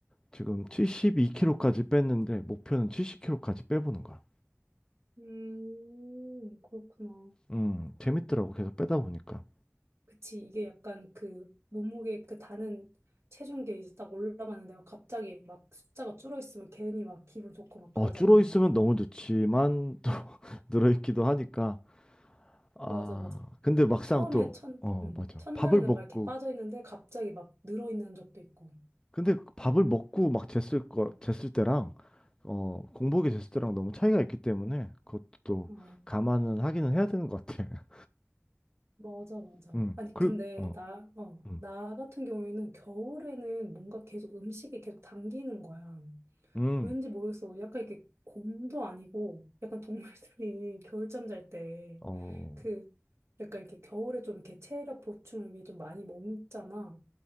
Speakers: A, on the left; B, on the right.
A: 지금 72kg까지 뺐는데 목표는 70kg까지 빼보는 거야.
B: 음, 그렇구나.
A: 음, 재밌더라고. 계속 빼다 보니까.
B: 그치, 이게 약간 그 몸무게 그 다는 체중계 이제 딱 올라가는데 막 갑자기 막 숫자가 줄어 있으면 괜히 막 기분 좋고 막
A: 어,
B: 그러잖아.
A: 줄어 있으면 너무 좋지만 또 <laughs> 늘어 있기도 하니까. 아,
B: 맞아, 맞아.
A: 근데 막상
B: 처음에
A: 또
B: 첫,
A: 어,
B: 음,
A: 맞아.
B: 첫날에는
A: 밥을 먹고
B: 막 이렇게 빠져 있는데 갑자기 막 늘어 있는 적도 있고.
A: 근데 밥을 먹고 막 쟀을 거 쟀을 때랑 어, 공복에 쟀을 때랑 너무 차이가 있기 때문에 그것도 또
B: 아,
A: 감안은 하기는 해야 되는 것 같아.
B: 맞아, 맞아.
A: <laughs> 음.
B: 아니,
A: 그리고
B: 근데
A: 어.
B: 나, 어,
A: 음.
B: 나 같은 경우에는 겨울에는 뭔가 계속 음식이 계속 당기는 거야.
A: 음.
B: 왠지 모르겠어. 약간 이렇게 곰도 아니고, 약간 동물들이 <laughs> 겨울잠 잘 때,
A: 어.
B: 그, 약간 이렇게 겨울에 좀 이렇게 체력 보충을 위해 좀 많이 먹잖아.